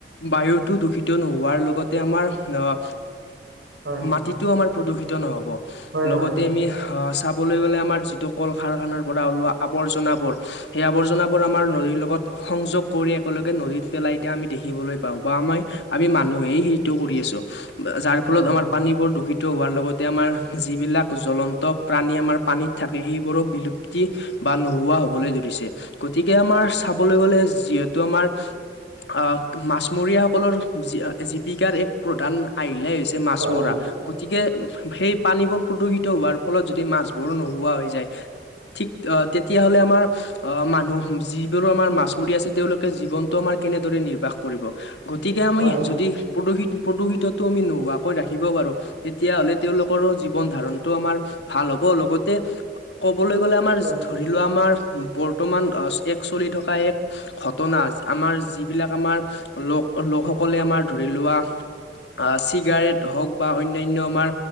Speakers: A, on the left; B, on the right.
A: বায়ুটো দূষিত নোহোৱাৰ লগতে আমাৰ আহ
B: হয়
A: মাটিটোও আমাৰ প্ৰদূষিত নহ'ব
B: হয়
A: লগতে
B: হয়
A: আমি আহ চাবলৈ গ'লে আমাৰ যিটো কল কাৰখানাৰ পৰা ওলোৱা আৱৰ্জনাবোৰ সেই আৱৰ্জনাবোৰ আমাৰ নদীৰ লগত সংযোগ কৰি একেলগে নদীত পেলাই দিয়া আমি দেখিবলৈ পাওঁ বা আমাৰ আমি মানুহেই কৰি আছো যাৰ ফলত
B: হয় হয়
A: আমাৰ পানী বোৰ দূষিত হোৱাৰ লগতে তে আমাৰ যিবিলাক জ্বলন্ত প্ৰাণী আমাৰ পানীত থাকে সেইবোৰো বিলুপ্তি বা নোহোৱা হ'বলৈ ধৰিছে গতিকে আমাৰ চাবলৈ গলে যিহেতু আমাৰ আহ মাছমৰীয়াসকলৰ জীৱিকাৰ এক প্ৰধান আহিলাই হৈছে মাছ
B: হয়
A: মৰা গতিকে সেই পানীবোৰ প্ৰদূষিত হোৱাৰ ফলত যদি মাছবোৰো নোহোৱা হৈ যায় ঠিক অ' তেতিয়াাহ'লে আমাৰ আহ মানুহ যিবোৰো আমাৰ মাছমৰীয়া আছে তেওঁলোকে জীৱনটো আমাৰ কেনেদৰে নিৰ্বাহ কৰিব? গতিকে আমি
B: হয় হয় হয়
A: যদি প্ৰদূষিত প্ৰদূষিতটো আমি নোহোৱাকৈ ৰাখিব পাৰোঁ তেতিয়াাহ'লে তেওঁওলোকৰো জীৱন ধাৰণটো আমাৰ ভাল হ'ব লগতে ক'বলৈ গ'লে আমাৰ
B: হয়
A: ধৰি লোৱা আমাৰ বৰ্তমান এক চলি থকা এক ঘটনা আমাৰ যিবিলাক আমাৰ লোক লোকসকলে আমাৰ ধৰি লোৱা আহ চিগাৰেট হওক বা অন্যান্য আমাৰ